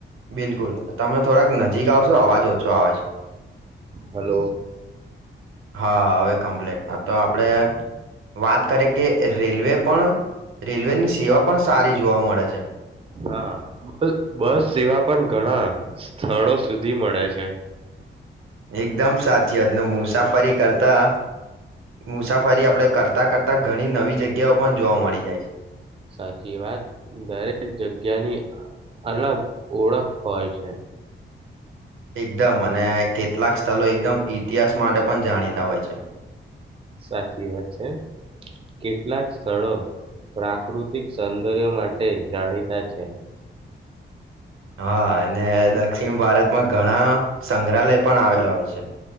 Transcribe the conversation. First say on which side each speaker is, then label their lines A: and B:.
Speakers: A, on the right; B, on the right.
A: બિલકુલ તમે થોડાક નજીક આવશો અવાજ ઓછો આવે છે
B: હેલો.
A: હા હવે કમ્પ્લીટ તો આપડે
B: ઓકે
A: વાત કરીકે રેલવે પણ રેલવેની સેવા પણ સારી જોવા મળે છે.
B: હા બ બસ સેવા પણ ઘણા સ્થળો સુધી મળે છે.
A: એકદમ સાચીવાત ને મુસાફરી કરતા મુસાફરી આપણે કરતાં કરતાં ઘણી નવી જગ્યાઓ પણ જોવા મળી જાય છે.
B: સાચી વાત દરેક જગ્યાની અલગ ઓળખ હોય છે.
A: એકદમ અને કેટલાક સ્થળ એકદમ ઇતિહાસ માટે પણ જાણીતા હોય છે.
B: સાચી વાત છે કેટલાક સ્થળો પ્રાકૃતિક સૌંદર્ય માટે જાણીતા છે.
A: હા અને દક્ષિણ ભારતમાં ઘણા સંગ્રહાલય પણ આવેલા હોય. પૈસા.